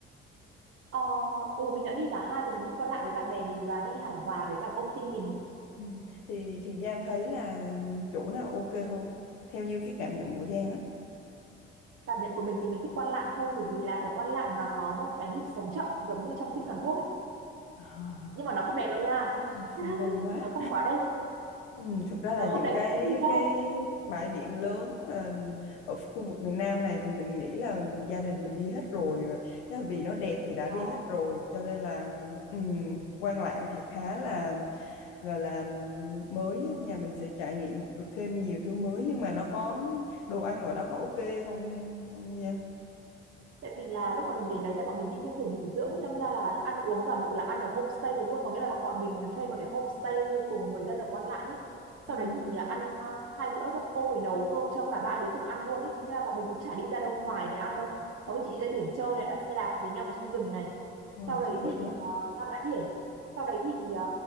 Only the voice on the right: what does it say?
Ờ, ừ mình đã đi cả hai rồi mình đi Quan Lạn với bạn bè mình và đi Hải Hòa với cả công ty mình
cảm nhận của mình thì mình thích Quan Lạn hơn bởi vì là ở Quan Lạn nó có một cái nhịp sống chậm giống như trong phim Hàn Quốc ấy.
nhưng mà nó không đẹp đâu nha
<laughs>
nó không quá đẹp
nó
không đẹp
như trong phim đâu
Ờ.
tại vì là lúc mà mình đến đấy là bọn mình đi theo kiểu nghỉ dưỡng ấy đâm ra là ăn uống toàn bộ là ăn ở homestay đấy luôn có nghĩa là bọn bọn mình thuê một cái homestay của người dân ở Quan Lạn ấy
sau đấy thì à, ăn à, hai bữa các cô ấy nấu cơm cho cả ba đứa cùng ăn luôn ấy thế là bọn mình cũng chả đi ra đâu ngoài để ăn đâu
có cái chị đi ra biển chơi này đạp xe đạp với nhau vào trong rừng này
sau đấy
thì
ờ, ra bãi biển sau đấy thì ờ,